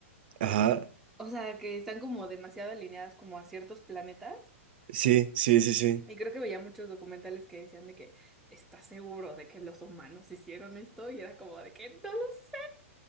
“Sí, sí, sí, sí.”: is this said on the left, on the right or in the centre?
Right